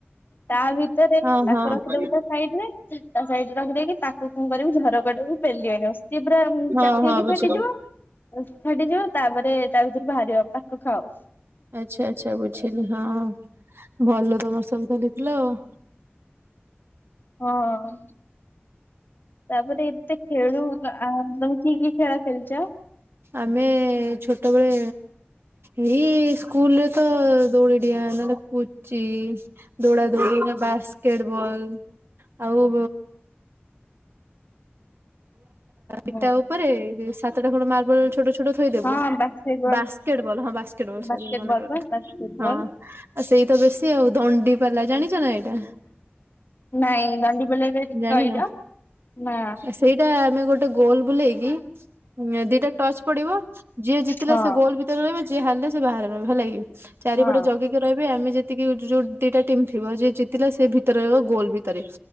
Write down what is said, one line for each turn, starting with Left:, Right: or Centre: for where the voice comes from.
Left: ତା ଭିତରେ
Right: ହଁ
Left: ତାକୁ
Right: ହଁ
Left: ରଖିଦବୁ
Right: ହଁ
Left: ତା ସାଇଡ଼ ରେ ତା ସାଇଡ଼ ରେ ରଖିଦେଇକି ତାକୁ କଣ କରିବୁ ଝରକା ଟାକୁ ପେଲିଆଣିବୁ ସିଏ ପୁରା
Right: ହଁ
Left: ଚାପି ହେଇକି
Right: ହଁ ବୁଝିଲି
Left: ଫାଟିଯିବ। ଫାଟିଯିବ ତାପରେ ତା ଭିତରୁ ବାହାରିବ ତାକୁ ଖାଉ।
Right: ଆଚ୍ଛା ଆଚ୍ଛା ବୁଝିଲି ହଁ ଭଲ ତମର ସବୁ ତ ତଲେଇଥିଲ ଆଉ।
Left: ହଁ। ତାପରେ ଏତେ ଖେଳୁ ଆ ତମେ କି କି ଖେଳ ଖେଳିଚ?
Right: ଆମେ ଛୋଟବେଳେ ଏଇ ସ୍କୁଲରେ ତ ଦୌଡ଼ିଡ଼ିଆଁ ହେଲା ନା ପୁଚି ଦୌଡ଼ା ଦୋଡ଼ି ନା ବାସ୍କେଟବଲ ଆଉ ଇଟା
Left: ହଁ
Right: ଉପରେ ସାତଟା ଖଣ୍ଡେ ମାର୍ବଲ ଛୋଟ ଛୋ ଟା ଥୋଇଦବୁ
Left: ହଁ ବାସ୍କେଟ ବଲ୍
Right: ବାସ୍କେଟବଲ ହଁ ବାସ୍କେଟବଲ ସରି
Left: ବାସ୍କେଟ
Right: ମନେପଡ଼ିଲା
Left: ବଲ୍ ପା
Right: ହଁ।
Left: ବାସ୍କେଟ ବଲ୍।
Right: ଆ ସେଇତ ବେଶୀ ଆଉ ଦଣ୍ଡି ପାଲା, ଜାଣିଛ ନା ଏଇଟା?
Left: ନାଇଁ ଦଣ୍ଡି ବୋଲା ଟା ଟିକେ
Right: ଜାଣିନା
Left: କହିଲ ନା
Right: ଆ ସେଇଟା ଆମେ ଗୋଟେ ଗୋଲ୍ ବୁଲେଇଲି ଦିଟା ଟଚ୍ ପଡ଼ିବ ଯିଏ ଜିତିଲା
Left: ହଁ
Right: ସେ ଗୋଲ୍ ଭିତରେ ରହିବ ଯିଏ ହାରିଲେ ସେ ବାହାରେ ରହିବ ହେଲାକି ଚାରିପଟେ
Left: ହଁ
Right: ଜଗି ଯ ରହିବେ ଆମେ ଯେତିକି ଯୋଉ ଦିଟା ଟିମ୍ ଥିବ ଯିଏ ଜିତିଲା ସେ ଭିତରେ ରହିବ ଗୋଲ ଭିତରେ।